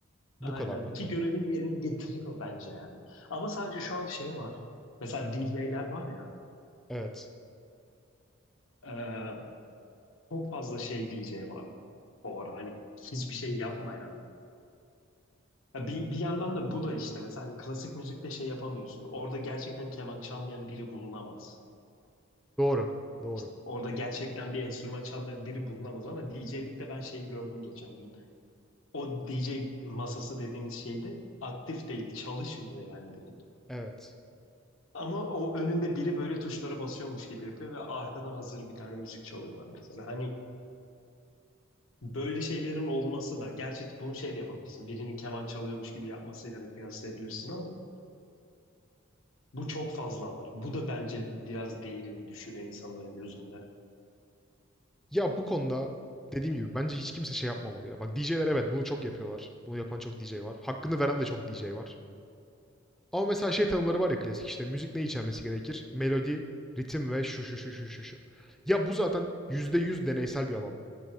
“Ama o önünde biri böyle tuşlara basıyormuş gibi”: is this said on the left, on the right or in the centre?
Left